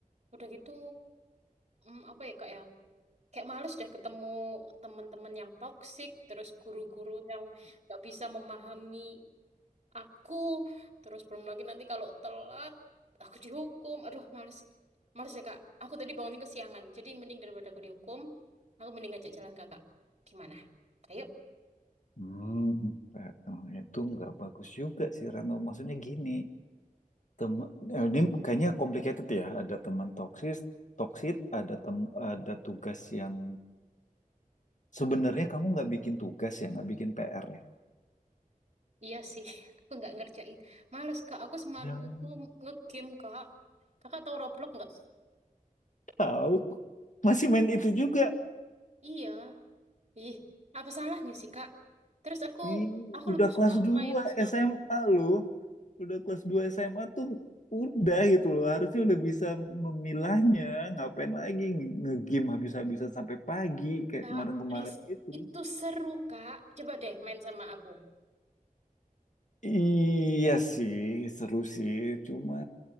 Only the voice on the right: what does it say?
Udah gitu, hmm, apa ya, Kak ya? Kayak males deh ketemu teman-teman yang toksik, terus guru-guru yang nggak bisa memahami aku terus belum lagi nanti kalau telat aku dihukum aduh males males ya kak aku tadi bangunnya kesiangan jadi mending daripada aku dihukum aku mending ngajak jalan kakak gimana ayo
iya sih <laughs> aku nggak ngerjain males kak aku semalam
itu ngegame kak kakak tahu Roblox nggak sih
iya ih apa salahnya sih kak terus aku
aku
lebih
suka
main so
kak
please
itu seru kak coba deh main sama aku